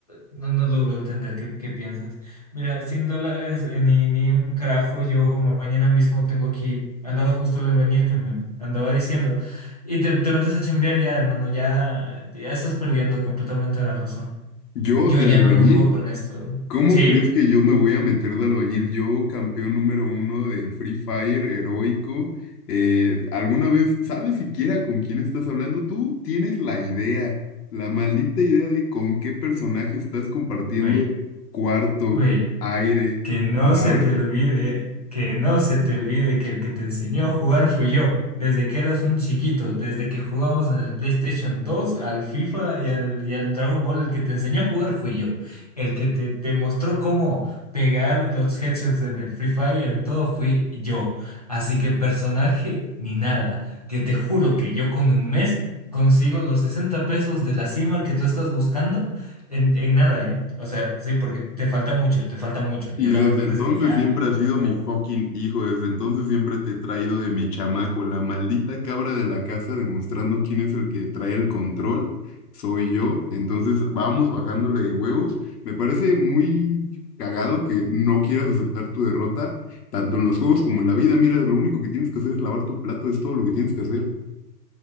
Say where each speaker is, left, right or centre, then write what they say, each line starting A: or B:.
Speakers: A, on the left; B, on the left.
A: no, no logro entender qué, qué piensas. Mira, 100 dólares eh, ni, ni un carajo. Yo ma- mañana mismo tengo aquí al lado justo el albañil que me andaba diciendo. Y te, te metes a chambear ya, hermano. Ya, ya estás perdiendo completamente la razón.
B: Yo
A: Yo
B: de
A: ya
B: albañil,
A: no, no puedo con esto.
B: ¿cómo
A: Sí,
B: crees que yo me voy a meter de albañil? Yo, campeón número uno del Free Fire, heroico. eh, ¿alguna vez sabes siquiera con quién estás hablando? Tú tienes la idea, la maldita idea de con qué personaje estás compartiendo
A: güey,
B: cuarto,
A: güey.
B: aire,
A: Que no
B: palabra.
A: se te olvide, que no se te olvide que el que te enseñó a jugar fui yo, desde que eras un chiquito, desde que jugábamos en el PlayStation 2, al FIFA y al, y al Dragon Ball, el que te enseñó a jugar fui yo, el que te, te mostró cómo pegar los headshots en el Free Fire, en todo fui yo. Así que personaje ni nada, que te juro que yo con un mes consigo los 60 pesos de la cima que tú estás buscando en, en nada, ¿eh? O sea, sí, porque te falta mucho, te falta mucho. Yo
B: Y
A: la
B: desde
A: verdad
B: entonces
A: es que ya
B: siempre has sido
A: no puedo.
B: mi fucking hijo, desde entonces siempre te he traído de mi chamaco, la maldita cabra de la casa demostrando quién es el que trae el control, soy yo, entonces vamos bajándole de huevos. Me parece muy cagado que no quieras aceptar tu derrota, tanto en los juegos como en la vida, mira, lo único que tienes que hacer es lavar tu plato, es todo lo que tienes que hacer.